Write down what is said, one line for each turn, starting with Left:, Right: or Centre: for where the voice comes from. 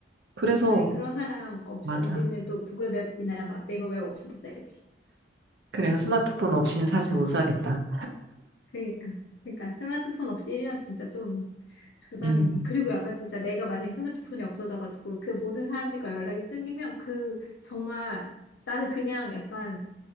Right: 그래서,
Left: 그래, 그런 사람 없이,
Right: 맞아.
Left: 우리는 또 구글 맵이나 막 네이버 맵 없이 못 살지.
Right: 그래서 스마트폰 없이는 사실 못 살겠다.
Left: 그러니까. 그러니까 스마트폰 없이 1년 진짜 좀 불가능해.
Right: 음.
Left: 그리고 약간 진짜 내가 만약에 스마트폰이 없어져가지고 그 모든 사람들과 연락이 끊기면 그 정말 나는 그냥 약간